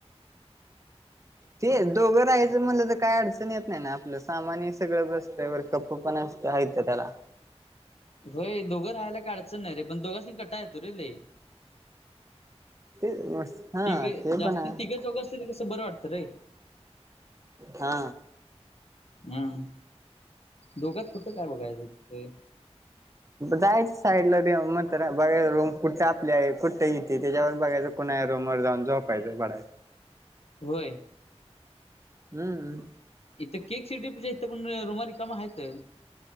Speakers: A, on the right; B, on the left.
A: ते दोघं राहायचं मलं तर काय अडचण येत नाही ना आपलं सामान ह सगळं बसतंय वर कप्प पण असतं आहेितं त्याला
B: होय दोघं राहायला काळचं नाही रे पण दोघच कटा येतो रे ल
A: ते हा
B: तठीिके
A: ते
B: जास्ती
A: पण आहे
B: तिके चौघं असतील कसं बरं वाटतं रे
A: हा
B: हम दोघत कुठं काय बघायचं ते
A: जायचं साईडला मग बघायच रूम कुठं आपले आहे कुठं इथे त्याच्यावरून बघायचं कुणा रोमर जाऊन जो पाहिजे बडायच
B: वर
A: हम्म
B: इथं केक सिटी प इथ पण रुमारी कामा आहेत